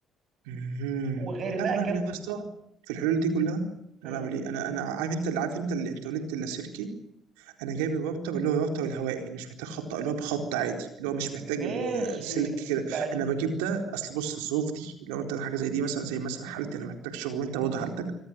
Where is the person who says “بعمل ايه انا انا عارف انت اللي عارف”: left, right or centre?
Right